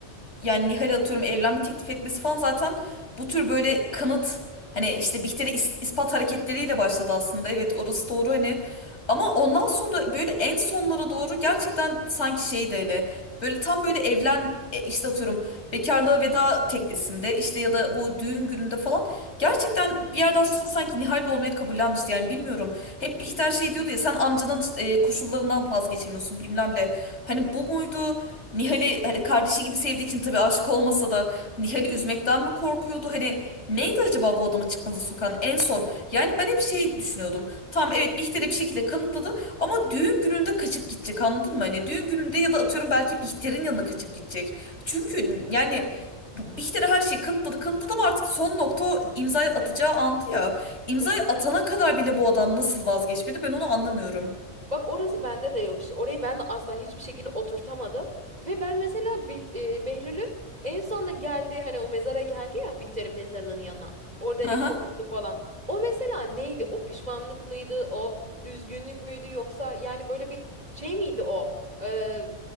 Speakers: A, on the left; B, on the right.
A: yani Nihal'e atıyorum evlenme teklif etmesi falan zaten bu tür böyle kanıt hani işte Bihter'e is- ispat hareketleriyle başladı aslında. Evet orası doğru hani ama ondan sonra böyle en sonlara doğru gerçekten sanki şeydi hani böyle tam böyle evlen e, işte atıyorum bekarlığa veda teklisinde işte ya da bu düğün gününde falan gerçekten bir yerden sonra sanki Nihal'le olmaya kabullenmişti yani bilmiyorum. Hep Bihter şey diyordu ya sen amcanın e, koşullarından vazgeçemiyorsun bilmem ne. Hani bu muydu? Nihal'i hani kardeşi gibi sevdiği için tabii aşık olmasa da Nihal'i üzmekten mi korkuyordu? Hani neydi acaba bu adamı çıkmaza sokan en son? Yani ben hep şey düşünüyordum. Tamam evet Bihter'e bir şekilde kanıtladı ama düğün gününde kaçıp gidecek anladın mı? Hani düğün gününde ya da atıyorum belki Bihter'in yanına kaçıp gidecek. Çünkü yani Bihter'e her şeyi kanıtladı kanıtladı ama artık son nokta o imzayı atacağı andı ya. İmzayı
B: Evet.
A: atana kadar bile bu adam nasıl vazgeçmedi ben onu anlamıyorum.
B: Bak orası bende de yok işte. Orayı ben de asla hiçbir şekilde oturtamadım. Ve ben mesela Be e, Behlül'ün en sonunda geldiği hani o mezara geldi ya Bihter'in mezarının yanına. Orada hani
A: Hı hı.
B: konuştu falan. O mesela neydi? O pişmanlık mıydı? O üzgünlük müydü? Yoksa yani böyle bir şey miydi o? Ee,